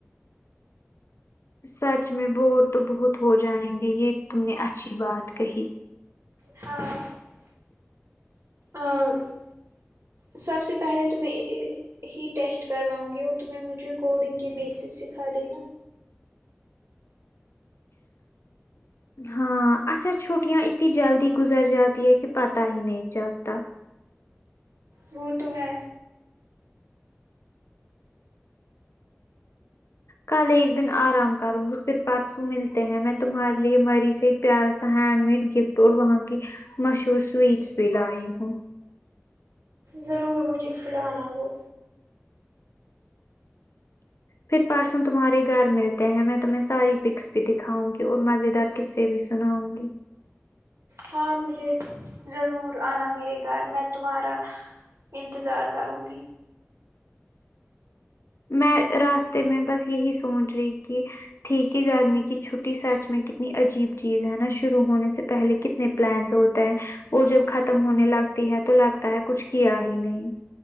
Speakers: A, on the left (about 75°); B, on the right (about 85°).
A: سچ میں بور تو بہت ہو جائیں گے یہ تم نے اچھی بات کہی
B: ہاں اور سب سے پہلے تمہیں ہی ٹیسٹ کرواؤں گی اور تم مجھے کوڈنگ کے بیسس سکھا دینا
A: ہاں اچھا چھٹیاں اتنی جلدی گزر جاتی ہے کہ پتا ہی نہیں چلتا
B: وہ تو ہے
A: کل ایک دن آرام کروں گی پھر پرسوں ملتے ہیں میں تمہارے لیے مری سے پیارا سا ہینڈ میڈ گفٹ اور وہاں کی مشہور سویٹس بھی لائی ہوں
B: ضرور مجھے کھلانا وہ
A: پھر پرسوں تمہارے گھر ملتے ہیں میں تمہیں ساری پکس بھی دکھاؤں گی اور مزے دار قصہ بھی سناؤں گی
B: ہاں مجھے ضرور آنا میرے گھر میں تمہارا انتظار کروں گی
A: میں راستے میں بس یہی سوچ رہی کہ تھی کہ گرمی کی چھٹی سچ میں کتنی عجیب چیز ہے نا شروع ہونے سے پہلے کتنے پلانس ہوتے ہیں اور جب ختم ہونے لگتی ہے تو لگتا ہے کچھ کیا ہی نہیں